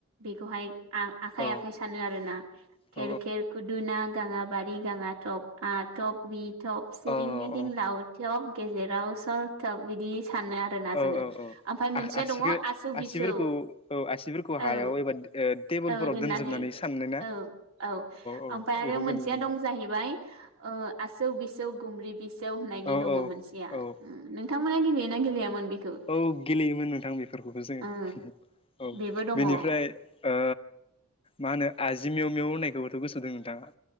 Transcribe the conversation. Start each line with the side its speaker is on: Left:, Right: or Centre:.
Right: बेखौहाय आ आखाइ
Left: औ
Right: आखाइ सानो आरो ना
Left: औ
Right: खेर खेर खुदुना गाङाबारि दाङा टप आ टप बि टप सिरिं
Left: औ
Right: मिरिं लावथ'फ गेजेराव सलथब बिदि सानो आरोना
Left: औ
Right: जोङो
Left: औ औ
Right: आमफ्राय मोनसेया
Left: आसिखौ
Right: दङ आसौ
Left: आसिफोरखौ
Right: बिसौ
Left: औ आसिफोरखौ हायाव
Right: औ।
Left: एबा टेबोलफोराव
Right: औ दोननानै
Left: दोनजोबनानै साननो ना
Right: औ औ
Left: औ
Right: ओमफ्राय आरो
Left: बेखौ
Right: मोनसेया
Left: गेलेनो मोनदों
Right: दं जाहैबाय ओ आसौ बिसौ गुमब्रि बिसौ होननायनि
Left: औ
Right: दङ
Left: औ
Right: मोनसेया
Left: औ
Right: नोंथां मोना गेलेना गेलेयामोन बि
Left: औ गेलेयोमोन नोंथां बेफोरखौबो जोङो
Right: ओ
Left: औ
Right: बेबो दङ
Left: बेनिफ्राय
Right: ओ
Left: ओ मा होनो आजिमेव मेव होननायखौबोथ' गोसो दं नोंथाङा।